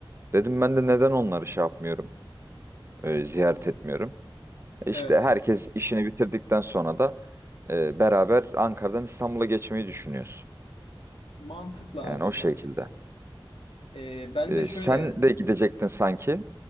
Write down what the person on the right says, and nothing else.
Dedim ben de neden onları şey yapmıyorum, e, ziyaret etmiyorum. E İşte
herkes işini bitirdikten sonra da e, beraber Ankara'dan İstanbul'a geçmeyi düşünüyoruz.
Yani
o
şekilde.
E,
sen de gidecektin sanki.